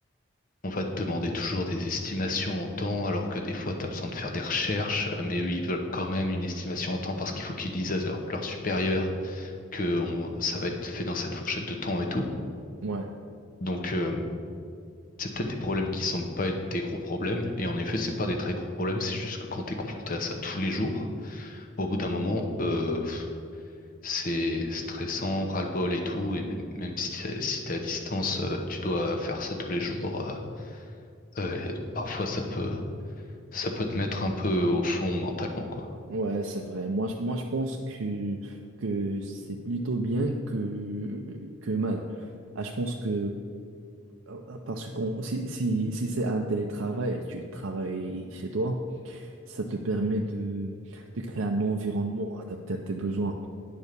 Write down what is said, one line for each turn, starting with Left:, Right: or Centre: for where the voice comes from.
Left: On va te demander toujours des estimations en temps, alors que des fois, tu as besoin de faire des recherches, euh, mais eux, ils veulent quand même une estimation en temps parce qu'il faut qu'ils disent à leur, leur supérieur que on- ça va être fait dans cette fourchette de temps et tout.
Right: ouais.
Left: Donc, euh, c'est peut-être des problèmes qui semblent pas être des gros problèmes, et en effet, c'est pas des très gros problèmes, c'est juste que quand t'es confronté à ça tous les jours, au bout d'un moment, euh, pff, c'est stressant, ras-le-bol et tout, et même, même si t'es, si t'es à distance, euh, tu dois faire ça tous les jours, euh, euh, parfois ça peut, ça peut te mettre un peu au fond mentalement, quoi.
Right: Ouais, c'est vrai. Moi, je- moi, je pense que, que c'est plutôt bien que, que mal. Ah, je pense que, euh, parce qu'on si, si, si c'est un télétravail, tu travailles chez toi, ça te permet de, de créer un environnement adapté à tes besoins.